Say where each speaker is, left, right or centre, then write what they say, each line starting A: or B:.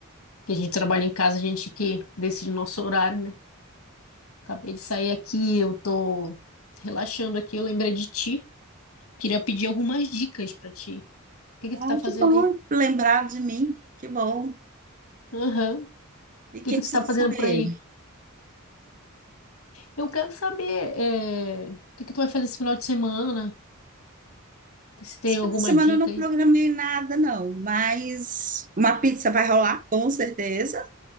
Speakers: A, on the left; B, on the right.
A: Que a gente trabalha em casa, a gente que decide o nosso horário, né? Acabei de sair aqui, eu tô relaxando aqui, eu lembrei de ti. Queria pedir algumas dicas pra ti. O que que tu
B: Ah,
A: tá fazendo
B: que bom
A: aí?
B: lembrar de mim. Que bom.
A: Aham. O
B: E o
A: que
B: que
A: que tu
B: que você
A: tá
B: quer
A: fazendo
B: saber?
A: por aí? Eu quero saber, é, o que que tu vai fazer esse final de semana? Se tem
B: Esse
A: alguma
B: fim de semana
A: dica
B: eu não
A: aí.
B: programei nada, não, mas uma pizza vai rolar, com certeza.